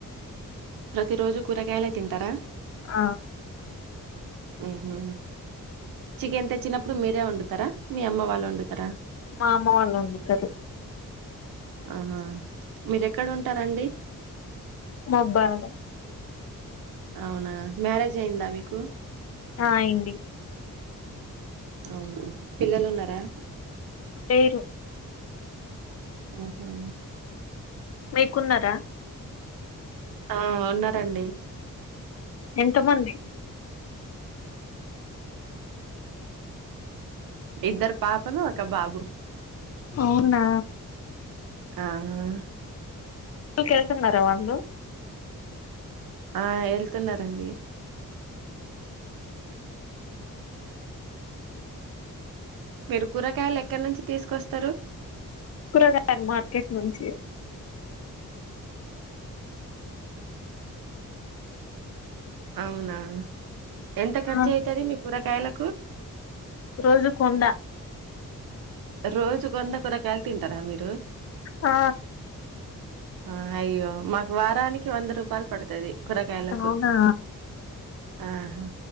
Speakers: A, on the right (about 75°); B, on the left (about 45°).
A: ప్రతి రోజు కూరగాయలే తింటారా
B: ఆ
A: ఉహు చికెన్ తెచ్చినప్పుడు మీరే వండుతారా మీ అమ్మ వాళ్ళు వండుతారా
B: ఆ అమ్మ వాళ్ళ వండుతారు
A: ఆహా మీరేక్కడ ఉంటారండి
B: అబ్బాడం
A: అవునా మ్యారేజ్ అయిందా మీకు
B: ఆ అయింది
A: అవునా పిల్లలు ఉన్నారా
B: లేరు
A: ఆహా
B: మీకున్నర
A: ఆ ఉన్నారండి
B: ఎంత మంది
A: ఇద్దరు పాపలు ఒక బాబు
B: అవునా
A: ఆహా
B: స్కూల్ కికెళ్తున్నారా వాళ్ళు
A: ఆ వెళ్తున్నారండి మీరు కూరగాయలు ఎక్కడి నుంచి తీసుకొస్తారు
B: కూరగాయలు మార్కెట్ నుంచి
A: అవునా ఎంత ఖర్చు
B: ఆ
A: అయితది మీ కూరగాయలకు
B: రోజుకు వంద
A: రోజు కు వంద కూరగాయలు తింటారా మీరు
B: ఆ
A: ఆ అయ్యో మాకు వారానికి వంద రూపాయలు పడుతది కూరగాయలకు
B: అవునా
A: ఆహా